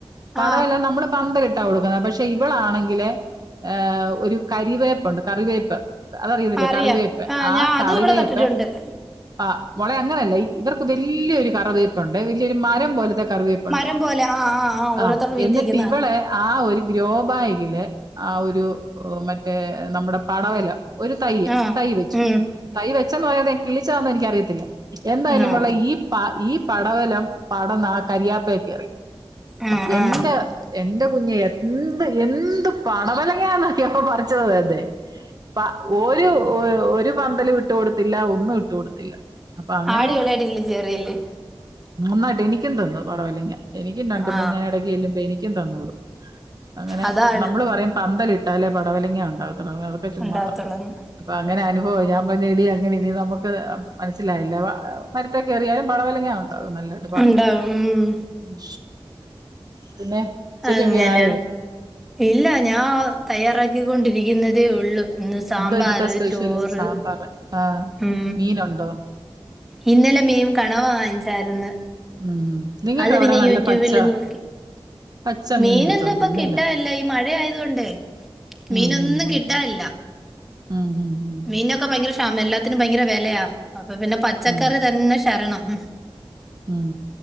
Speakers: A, on the right; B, in the centre.
A: പടവല
B: ആഹ്
A: നമ്മള് പന്തല്ട്ട് ട്ടാ കൊടുക്കുന്നത് പക്ഷെ ഇവളാണെങ്കില് ഏ ഒരു കരിവേപ്പുണ്ട് കറിവേപ്പ്. അതറിയുന്നില്ലേ
B: അറിയാം
A: കറിവേപ്പ്
B: ആഹ്
A: ആ
B: ഞാൻ
A: കറിവേപ്പ്
B: അതും ഇവിടെ നട്ടിട്ടുണ്ട്
A: ആ മോളെ അങ്ങനെയല്ല ഇവർക്ക് വല്ല്യൊരു കറിവേപ്പുണ്ട് വല്യെരു മര രം പോലത്തെ കറിവേപ്പുണ്ട്
B: മരം പോലെ ആ ഓരോരുത്തരുടെ
A: ആ
B: വീട്ടിൽ
A: എന്നിട്ട്
B: നിൽക്കുന്ന
A: ഇവള്
B: കാണാം
A: ആ ഒരു ഗ്രോബാഗില് ആ ഒരു മറ്റേ നമ്മുടെ പടവലം ഒരു തയ്യ്
B: ആ
A: തൈ വെച്ചു
B: ഉം
A: തയ്യ് വെച്ചന്ന് <unintelligible> കിളിച്ചാ എന്നനിക്കറിയത്തില്ല എന്തായാലും
B: ആ
A: കൊള്ളാ ഈ പാ ഈ പടവലം പടന്നാ കരിയാപ്പേ കേറി
B: ആ
A: എന്റെ
B: ആ
A: എന്റെ കുഞ്ഞേ എന്ത് എന്ത് പടവലങ്ങാന്നറിയോ പ്പ പറിച്ചത് <unintelligible> ഒരു ഒരു പന്തലും ഇട്ടു കൊടുത്തില്ല ഒന്നും ഇട്ടു കൊടുത്തില്ല. അപ്പൊ അങ്ങനെ
B: ആടി ഇളയാടികിളിച്ച് കേറിയല്ലേ
A: നന്നായിട്ട് എനിയ്ക്കും തന്നു പടവലങ്ങ എനിയ്ക്കും രണ്ട്
B: ആ
A: മൂന്ന് ഞാൻ ഇടയ്ക്ക് ചെല്ലുമ്പ എനിയ്ക്കും തന്നു വിടും അങ്ങനെ
B: അതാണ്
A: നമ്മള് പറയും പന്തലിട്ടാലെ പടവലങ്ങ ഉണ്ടാവത്തുള്ളു അതൊക്കെ ചുമ്മാതാ
B: ഉണ്ടാവത്തുള്ളന്ന്
A: അപ്പൊ അങ്ങനെ അനുഭവം ഞാൻ പഞ്ഞ് എടീ അങ്ങനെ ഇനി നമ്മക്ക് അ മനസ്സിലായല്ലോ വ അ മരത്തേ കേറിയാലും പടവലങ്ങ അത് നല്ലായിട്ട് പടന്ന്
B: ഉണ്ടാവും ഉം
A: ഉം പിന്നെ ഉച്ചക്കൊക്കെ
B: അങ്ങനെ
A: ആയോ
B: ഇല്ല ഞാ അ തയ്യാറാക്കിക്കൊണ്ടിരിക്കുന്നതേ ഒള്ളൂ. ഇന്ന് സാമ്പാറ്
A: എന്തോ ഇന്നത്തെ സ്പെഷ്യല്
B: ചോറ്
A: സാമ്പാറ് ആഹ്
B: ഉം
A: മീനുണ്ടോ
B: ഇന്നലെ മീൻ കണവ വാങ്ങിച്ചാരുന്ന്
A: ഉം ഉം നിങ്ങൾക്ക്
B: അത്
A: അവിടെ
B: പിന്നെ
A: നല്ല
B: യൂറ്റൂബ്
A: പച്ച
B: ല് നോക്കി
A: പച്ച
B: മീനൊന്നും
A: മീൻ കിട്ടുമെന്ന്
B: ഇപ്പൊ
A: തോന്നുന്നില്ലേ
B: കിട്ടാനില്ല ഈ മഴ ആയത് കൊണ്ടേയ് മീനൊന്നും
A: ഉം ഉം
B: കിട്ടാഇല്ല
A: ഉം ഉം ഉം
B: മീനൊക്കെ ഭയങ്കര ക്ഷാമ എല്ലാത്തിനും ഭയങ്കര വെലയാ അപ്പൊ പിന്നെ പച്ചക്കറി
A: ഉം
B: തന്നെ ശരണം ഉം
A: ഉം